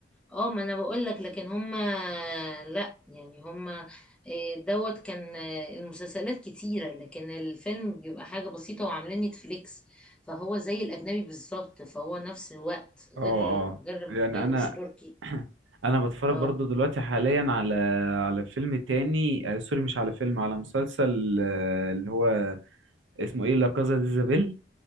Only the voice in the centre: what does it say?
اه ما انا بقول لك لكن هما لا يعني هما إيه، دوت كان آه، المسلسلات كتيرة لكن الفيلم بيبقى حاجة بسيطة وعاملين نتفليكس فهو زي الأجنبي بالظبط فهو نفس الوقت
غير ال- غير
يعني
مش تركي
اه